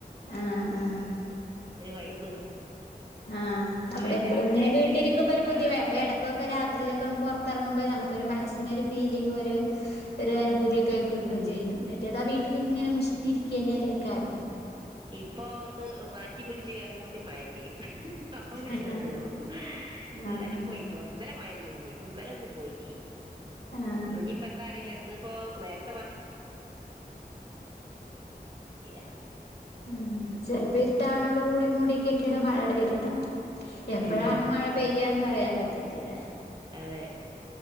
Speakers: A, on the left; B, on the right.
A: ആഹ് ആഹ്
B: ഒരു വൈബ്
A: ആ
B: ഇപ്പൊ
A: നമ്മള്
B: പിന്നെ
A: എപ്പോഴും
B: രാത്രി
A: ഇങ്ങനെ
B: ആയിട്ടെങ്കിലും
A: വീട്ടിരിക്കുമ്പോൾ ഒരു ബുദ്ധിമ
B: ആ
A: അപ്പൊ ഇടക്കൊക്കെ രാ ത്രി പൊറത്തിറാങ്ങുമ്പോൾ നമുക്ക് ഒരു മനസിന് ഒരു ഫീലിംഗ് ഒരു അനഭൂതിയെ ക്കെ കിട്ടും
B: ഉം.
A: ചെയ്യും മറ്റേത് ആ വീട്ടിലിങ്ങനെ മുഷിനിരിക്കന്നെ അല്ലേ കാരണം
B: ഇപ്പൊ ഒന്ന് മാറ്റി പിടിച്ച് കറങ്ങുമ്പത്തേ മഴ പെയും അപ്പം പിന്നങ്ങോട്
A: ആഹ്
B: കേറു ഇന്നേരം
A: ആഹ്
B: പോയിട്ടോ ഇന്നാലേ മഴയില്ലേ ഇന്നലെ ഒന്ന് പോയി
A: ആഹ്
B: ഇന്ന് ഇനിപ്പന്താറിയില്ല അന്ന് ഇപ്പോ നേരാ <unintelligible>
A: ഉം ചിലപ്പോ ഇരുട്ടാണോട് കൂടി മൂടി കെട്ടിട്ട മഴയുടെ വരണ്ടാണ് എപ്പോഴാണ്
B: ഉം
A: മഴ പെയ്യാന്ന് പറയാൻ പറ്റത്തില്ല
B: അതെ